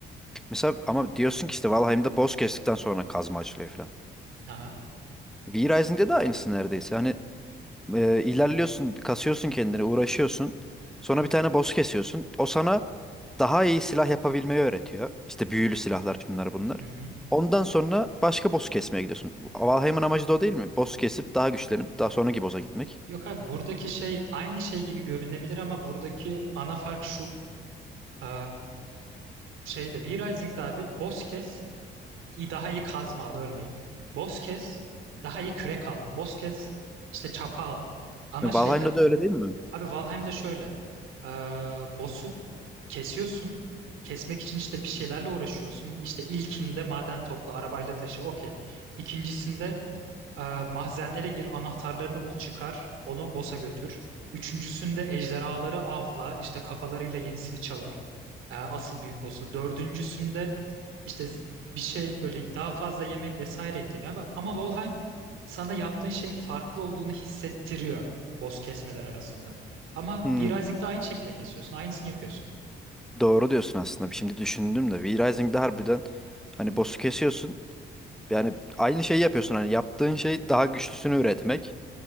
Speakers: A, in the centre; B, on the right.
A: Mesela ama diyorsun ki işte Valheim'de boss kestikten sonra kazma açılıyor falan.
B: Aha.
A: V-Rising'de de aynısı neredeyse. Hani e, ilerliyorsun, kasıyorsun kendini, uğraşıyorsun. Sonra bir tane boss kesiyorsun. O sana daha iyi silah yapabilmeyi öğretiyor. İşte büyülü silahlar şunlar bunlar.
B: Hı hı.
A: Ondan sonra başka boss kesmeye gidiyorsun. Valheim'ın amacı da o değil mi? Boss kesip daha güçlenip daha sonraki boss'a gitmek.
B: Yok abi buradaki şey aynı şey gibi görünebilir ama buradaki ana fark şu. E, şeyde V-Rising'de abi boss kes iyi- daha iyi kazma al örneğin. Boss kes daha iyi kürek al. Boss kes işte çapa al. Ama
A: Valheim'da
B: şeyde
A: da öyle değil mi?
B: Abi Valheim'de şöyle. Ee, boss'u kesiyorsun. Kesmek için işte bir şeylerle uğraşıyorsun. İşte ilkinde maden topla, arabayla taşı, okey. İkincisinde ee, mahzenlere gir, anahtarlarını bul, çıkar, onu boss'a götür. Üçüncüsünde ejderhaları avla, işte kafalarıyla yenisini çağır. Ee, asıl büyük boss'u. Dördüncüsünde işte z- bir şey böyle daha fazla yemek vesaire ekleniyor. Ama ama Valheim sana yaptığın şeyin farklı olduğunu hissettiriyor boss kesmeler arasında. Ama
A: Hmm,
B: V-Rising'de aynı şekilde kesiyorsun. Aynısını yapıyorsun.
A: doğru diyorsun aslında. Şimdi düşündüm de. V-Rising'de harbiden hani boss'u kesiyorsun. Yani aynı şeyi yapıyorsun. Hani yaptığın şey daha güçlüsünü üretmek.